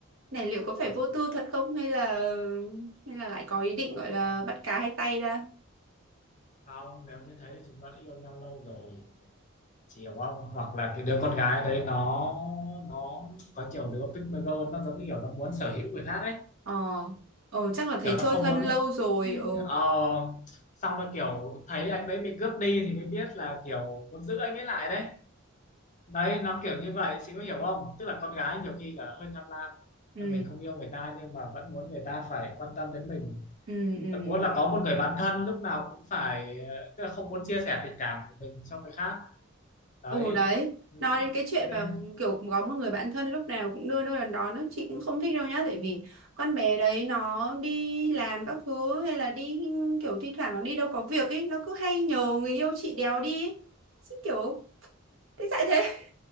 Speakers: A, on the right (about 70°); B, on the left (about 35°).
A: Này liệu có phải
B: kiểu
A: vô tư
B: cũng
A: thật không hay là hay là lại có ý định
B: ờ,
A: gọi
B: không
A: là
B: còn
A: bắt cá hai tay ra?
B: không nếu như thế thì chúng nó đã yêu nhau lâu rồi chị hiểu không hoặc là cái đứa con gái đấy nó nó có nhiều đứa pygmy girl nó giống như kiểu nó muốn sở hữu người khác ấy
A: Ờ, ờ chắc là thấy
B: kiểu nó
A: chơi
B: không
A: thân
B: muốn
A: lâu rồi. Ờ.
B: ờ xong rồi kiểu thấy anh đấy bị cướp đi thì mới biết là kiểu muốn giữ anh ấy lại đấy đấy nó kiểu như vậy chị có hiểu không tức là con gái nhiều khi là hơi tham lam
A: Ừ,
B: mình không yêu người ta nhưng mà vẫn muốn người ta phải quan tâm đến mình
A: ừ, ừ.
B: vẫn muốn là có một người bạn thân lúc nào cũng phải ờ, tức là không muốn chia sẻ tình cảm của mình cho người khác đấy
A: Ừ đấy,
B: nên
A: nói đến cái chuyện
B: nên-
A: mà kiểu có một người bạn thân lúc nào cũng đưa đưa đón đón ấy, chị cũng không thích đâu nhá, tại vì con bé đấy nó đi làm các thứ hay là đi kiểu thi thoảng nó đi đâu có việc ấy, nó cứ hay nhờ người yêu chị đéo đi. ấy. Chị kiểu thế tại thế